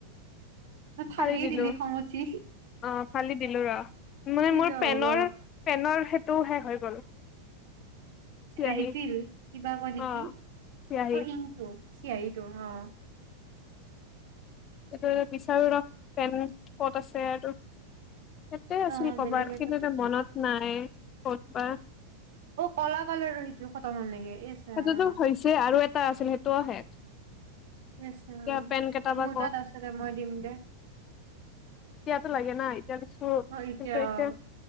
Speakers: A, on the right (about 55°); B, on the left (about 30°).
A: তই ফালিয়ে
B: ফালি দিলো।
A: দিলি খং উঠি
B: অঁ ফালি দিলো ৰ। মানে
A: কি
B: মোৰ
A: যে
B: পেনৰ
A: হ'ব
B: পেনৰ সেই টোহে হৈ গ'ল। চিয়াহী
A: ৰিফিল কিবা কয় নেকি
B: অ চিয়াহী
A: অ', ইংটো। চিয়াঁহী টো, অ'।
B: উম বিচাৰো ৰখ পেন ক'ত আছে আৰু ইযাতে আছিল
A: অ',
B: ক'বাত
A: বেলেগ এটা
B: কিন্তু এতিয়া
A: বিচাৰ
B: মনত নাই ফুটবাহ
A: অ' ক'লা কালৰো সেইটো খতম হ'ল নেকি ইচ ৰাম
B: সেইটোতো হৈছে আৰু এটা আছিল সেইটো অ', শেষ।
A: আচছা
B: এতিয়া পেন কেইটা বা
A: মোৰ
B: ক'ত
A: তাত আছে দে, মই দিম দে।
B: তোক লাগে নাই জানিছো
A: অ',
B: কিন্তু এতিয়া
A: অ',